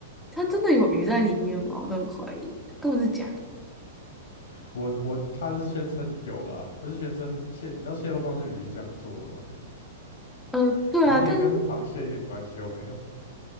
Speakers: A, in the centre; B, on the left.
A: 它真的有鱼在里面吗？我都很怀疑，根本是假的。
B: 我我他是宣称有啦，他是宣称蟹，你知道蟹肉棒是鱼浆做的吗？
A: 呃，对啊，
B: 完全跟螃蟹一点关系都没有。
A: 但是，